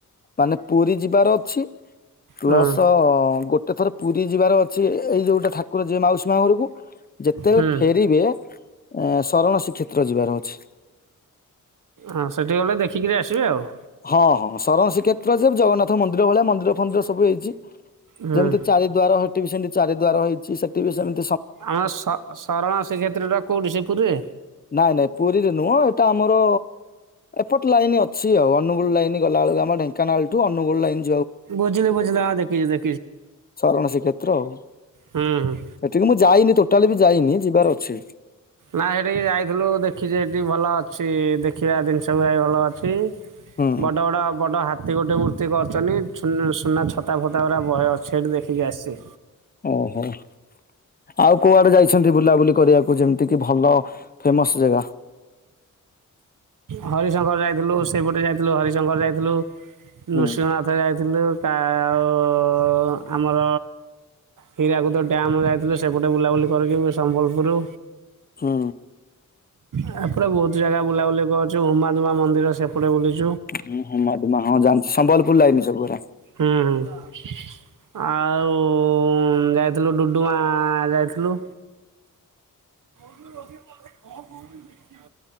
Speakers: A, on the left (about 30°); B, on the right (about 75°).
A: ମାନେ ପୁରୀ ଯିବାର ଅଛି ପ୍ଲସ
B: ହୁଁ
A: ଗୋଟେ ଥର ପୁରୀ ଯିବାର ଅଛି ଏଇ ଯୋଉଟା ଠାକୁର ଯିଏ ମାଉସୀ ମା ଘରକୁ ଯେତେବେଳେ
B: ହୁଁ
A: ଫେରିବେ ଏ ସରଣ ଶ୍ରୀକ୍ଷେତ୍ର ଯିବାର ଅଛି।
B: ହଁ ସେଠିକି ଗଲେ ଦେଖିକିରି ଆସିବେ ଆଉ।
A: ହଁ ହଁ ସରଣ ଶ୍ରୀକ୍ଷେତ୍ର ଯେ ଜଗନ୍ନାଥ ମନ୍ଦିର ଭଳିଆ ମନ୍ଦିର ଫନ୍ଦିର ସବୁ ହୋଇଛି।
B: ହୁଁ
A: ଯେମିତି ଚାରିଦ୍ଵାର ହେଠିବି ସେମିତି ଚାରିଦ୍ୱାର ହେଇଛି ସେଠି ବି ସେମତି
B: ଆମ ଶରଣଶ୍ରୀକ୍ଷେତ୍ର ଟା କୋଉଠି ସେପୁରୀରେ?
A: ନାଇଁ ନାଇଁ ପୁରୀରେ ନୁହଁ ଏଟା ଆମର ପଟ ଲାଇନ୍ ଅଛି ଆଉ ଅନୁଗୁଳ ଲାଇନ୍ ଗଲାବେଳକୁ ଆମ ଢେଙ୍କାନାଳ ଠୁ ଅନୁଗୁଳ ଲାଇନ୍
B: ବୁଝିଲି ବୁଝିଲି ଆ ଦେଖିଚି ଦେଖ
A: ସରଣ ଶ୍ରୀକ୍ଷେତ୍ର ଆଉ ସେଠିକି
B: ହୁଁ ହୁଁ
A: ମୁଁ ଯାଇନି ଟୋଟାଲି ବି ଯାଇନି ଯିବି। ଯିବାର ଅଛି।
B: ନା ସେଠିକି ଯାଇଥିଲୁ ଦେଖିଛି ହେଠି ଭଲ ଅଛି ଦେଖିବା ଜିନିଷ ପ୍ରାୟେ ଭଲ ଅଛି।
A: ହୁଁ।
B: ବଡ ବଡ ବଡ ହା ସେ ଗୋଟେ ମୂର୍ତ୍ତି କରୁଛନ୍ତି ସୁ ସୁନା ଛତା ଫତା ଗୁରା ବହେ ଅଛି ଦେଖିକି ଆସିଛି।
A: ଓହୋ ଆଉ କୁଆଡେ ଯାଇଛନ୍ତି ବୁଲାବୁଲି କରିବାକୁ ଯେମିତି କି ଭଲ ଫେମସ ଜାଗା?
B: ହରିଶଙ୍କର ଯାଇଥିଲୁ ସେପଟେ ଯାଇଥିଲୁ ହରିଶଙ୍କର ଯାଇଥିଲୁ।
A: ହୁଁ
B: ନୃସିଂହନାଥ ଯାଇଥିଲୁ ଆଉ ଆମର ହୀରାକୁଦ ଡ୍ୟାମ ଯାଇଥିଲୁ ସେପଟେ ବୁଲାବୁଲି କରିକି ସମ୍ବଲପୁରରୁ
A: ହୁ।
B: ଏପଟେ ବହୁତ ଜାଗା ବୁଲାବୁଲି କରୁଛୁ ହୁମାଧୁମା ମନ୍ଦିର ସେପଟେ ବୁଲିଛି।
A: ହୁଁ ହୁମାଦୁମା ହଁ ଜାଣିଛି ସମ୍ବଲପୁର ଲାଇନି ସେଗୁଡା।
B: ହୁଁ ହୁଁ। ଆଉ ଯାଇଥିଲୁ ଡୁଡୁମା ଯାଇଥିଲୁ। <inaudible>